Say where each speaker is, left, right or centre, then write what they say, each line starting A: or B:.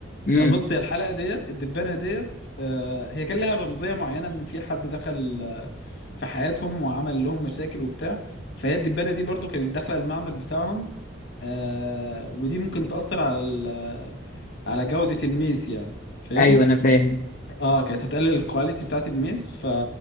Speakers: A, on the left; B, on the left.
A: امم
B: بص هي الحلقة ديت الدبانة ديت آه، هي كان لها رمزية معينة ان في حد دخل آه، في حياتهم وعمل لهم مشاكل وبتاع فهي الدبانة دي برضو كانت داخلة المعمل بتاعهم آه، ودي ممكن تأثر على ال- على جودة الميس يعني فاهم؟
A: ايوه انا فاهم
B: اه كانت هتقلل الكواليتي بتاعت الميز ف